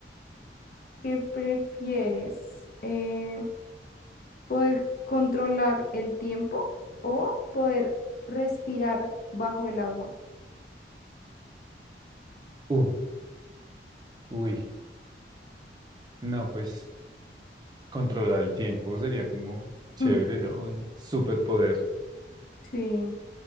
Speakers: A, on the left; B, on the right.
A: ¿Qué prefieres? Eh, ¿poder controlar el tiempo o poder respirar bajo el agua?
B: Uf, Uy, no, pues controlar el tiempo sería como chévere,
A: Mm,
B: ¿no? Un superpoder.
A: Sí.